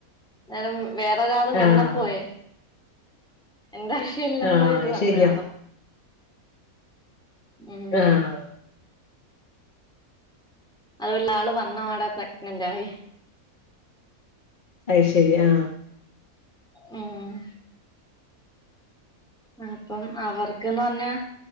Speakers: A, in the centre; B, on the left.
A: നന വേറെരാള് വന്നപ്പോയേ
B: ആഹ്
A: എന്ത <unintelligible>
B: ആഹ് അത്
A: വന്നയാളും
B: ശരിയാ
A: ഉം
B: ആഹ്
A: അതുല്ല ആള് വന്ന അടെ പ്രഗ്നന്റ് ആയി.
B: അഹ് ശെരി ആ
A: ഉം അപ്പം അവർക്ക്ന്ന് പറഞ്ഞ